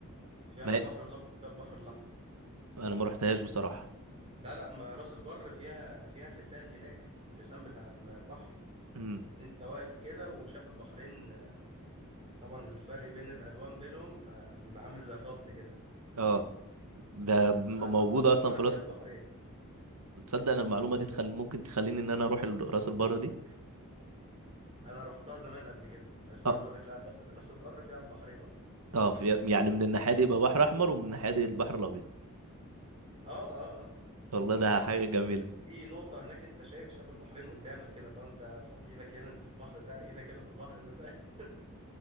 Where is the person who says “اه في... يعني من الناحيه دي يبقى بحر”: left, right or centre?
Right